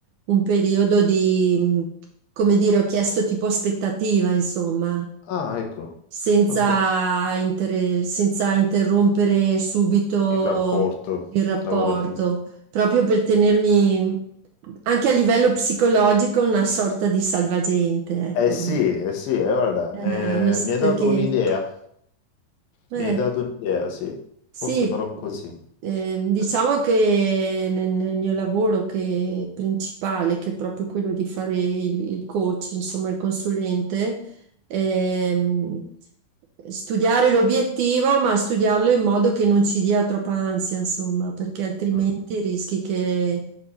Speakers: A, on the right; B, on the left.
A: un periodo di, mh, come dire, ho chiesto tipo aspettativa, insomma
B: Ah, ecco,
A: senza,
B: fantastico.
A: inter- senza interrompere subito
B: Il rapporto
A: il rapporto,
B: lavorativo.
A: proprio per tenermi anche a livello psicologico una sorta di salvagente, ecco.
B: Eh sì, eh sì, eh, guarda,
A: Eh, una s-
B: eh, mi hai
A: perché
B: dato un'idea,
A: eh,
B: mi hai dato un'idea, sì,
A: Sì,
B: forse farò così.
A: ehm, diciamo
B: Eh,
A: che nel, nel mio lavoro che è principale, che è proprio quello di fare il, il coach, insomma il consulente, ehm, studiare l'obiettivo, ma studiarlo in modo che non ci dia troppa ansia, insomma, perché altrimenti
B: Mm,
A: rischi che